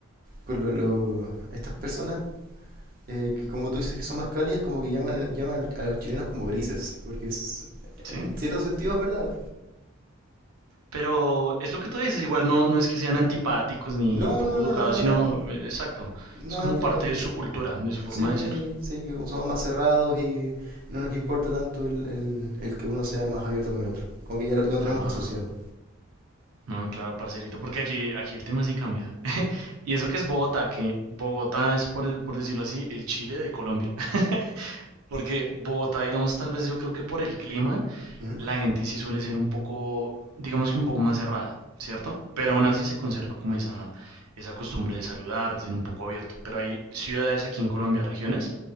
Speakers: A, on the right (about 40°); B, on the right (about 85°).
A: con lo- lo- estas personas, eh, que como tú dices que son más cálidas, como que llaman, llaman a los chilenos como grises, porque es-
B: sí.
A: en cierto sentido es verdad.
B: Pero es lo que tú dices, igual no, no es que sean antipáticos ni
A: No,
B: poco
A: no, no,
B: educados,
A: no, no,
B: sino, eh, exacto,
A: no
B: es como
A: es antipatía.
B: parte de su cultura, de su forma
A: Sí,
B: de ser.
A: sí, que como somos más cerrados y no nos importa tanto el, el, el que uno sea más abierto con el otro. Como que ya lo, lo tenemos
B: Ah,
A: asociado.
B: No, claro, parcerito, porque aquí, aquí el tema sí cambia. <laughs> Y eso que es Bogotá, que Bogotá es, por, el- por decirlo así, el Chile de Colombia. <laughs> Porque Bogotá, digamos, tal vez yo creo que por el clima,
A: ¿Mm?
B: la gente sí suele ser un poco, digamos que un poco más cerrada, ¿cierto? Pero aún así se conserva como esa, esa costumbre de saludar, de ser un poco abierto. Pero hay ciudades aquí en Colombia, regiones,